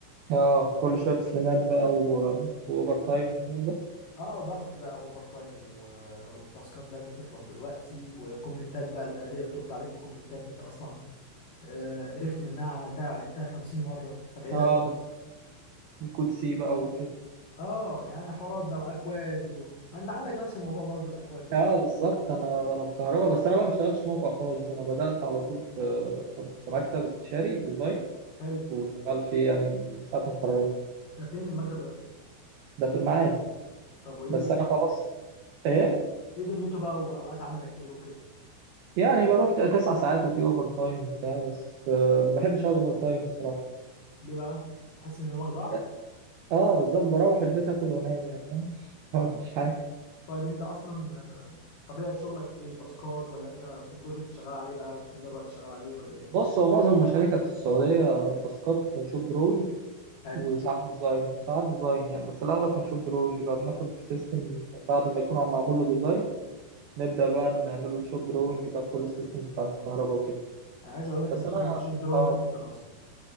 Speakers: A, on the right; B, on the left.
A: اه كل شوية تسليمات بقى و... واوفر تايم والكلام ده
B: اه ضغط بقى اوفر تايم و- وتاسكات لازم تخلص دلوقتي وكومنتات بقى البلدية بترد عليك بكومنتات انت اصلا آه، قرفت منها عملتها وعدتها 50 مرة فتعيدها
A: اه ده وكود سي بقى وكده
B: اه يعني حوارات بقى واكواد و... انت عندك نفس الموضوع برضو الاكواد ده
A: اه بالظبط انا انا في كهرباء بس انا بقى ما اشتغلتش موقع خالص انا بدأت على طول في في مكتب استشاري ديزاين
B: حلو
A: وشغال فيه يعني من ساعة ما اتخرجت
B: ده فين المكتب ده
A: ده في المعادي
B: طب وايه
A: بس
B: دروب
A: أنا خلاص إيه
B: ايه دنيته بقى واوقات عملك ايه وكده
A: يعني بروح ت- تسع ساعات وفي أوفر تايم وبتاع بس آه، ما بحبش أقعد أوفر تايم الصراحة
B: ليه بقى تحس ان يومك ضاع
A: يعني- أه بالظبط بروح البيت آكل وأنام يعني فاهم <laughs> ما فيش حاجة
B: طيب انت اصلا آه، طبيعة شغلك ايه تاسكات ولا انت في بروجكت شغال عليه بقى بتفضل وقت شغال عليه ولا ايه
A: بص هو معظم المشاريع كانت في السعودية تاسكات شوب دروينج
B: حلو
A: وساعات ديزاين وساعات ديزاين يعني بس الأغلب كان شوب دروينج بقى بناخد السيستم بعد ما يكون عم معمول له ديزاين نبدأ بقى نعمله الشوب دروينج بقى بكل السيستمز بتاعة الكهرباء وكده
B: انا عايز اقول لك
A: بس
B: ان
A: أنا
B: شغل الشوب دروينج
A: اه
B: اكتر اصلا